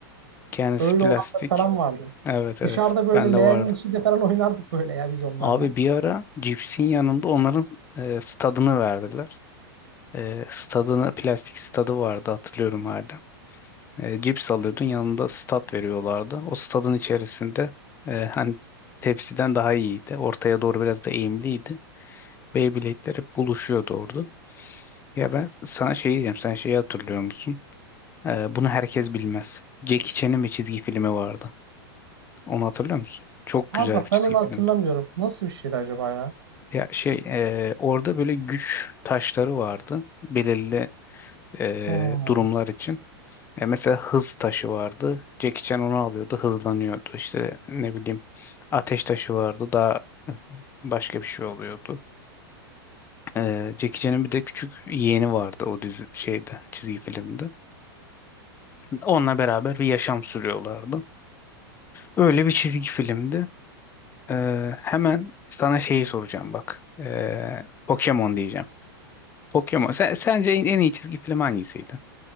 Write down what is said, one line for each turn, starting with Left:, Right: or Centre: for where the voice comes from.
Left: Kendisi
Right: Öyle
Left: plastik.
Right: olanlar falan vardı.
Left: Evet evet.
Right: Dışarıda böyle
Left: Bende
Right: leğenin
Left: vardı.
Right: içinde falan oynardık böyle ya biz onlarla.
Left: Abi bir ara cipsin yanında onların e, stadını verdiler. E, stadına plastik stadı vardı hatırlıyorum hala. E, cips alıyordun yanında stat veriyorlardı. O stadın içerisinde e, hani tepsiden daha iyiydi. Ortaya doğru biraz da eğimliydi. Beyblade'ler hep buluşuyordu orada. Ya ben sana şey diyeceğim. Sen şeyi hatırlıyor musun? E, bunu herkes bilmez. Jackie Chan'ın bir çizgi filmi vardı. Onu hatırlıyor musun? Çok
Right: Abi
Left: güzel
Right: bak
Left: bir çizgi
Right: ben onu
Left: filmdi.
Right: hatırlamıyorum. Nasıl bir şeydi acaba ya?
Left: Ya şey e, orada böyle güç taşları vardı. Belirli e,
Right: Hmm.
Left: durumlar için. E mesela hız taşı vardı. Jackie Chan onu alıyordu, hızlanıyordu. İşte ne bileyim ateş taşı vardı. Daha başka bir şey oluyordu. E, Jackie Chan'ın bir de küçük yeğeni vardı o dizi şeyde, çizgi filmde. Onunla beraber bir yaşam sürüyorlardı. Öyle bir çizgi filmdi. E, hemen sana şeyi soracağım bak. E, Pokemon diyeceğim. Pokemon. Sen, sence en, en iyi çizgi film hangisiydi?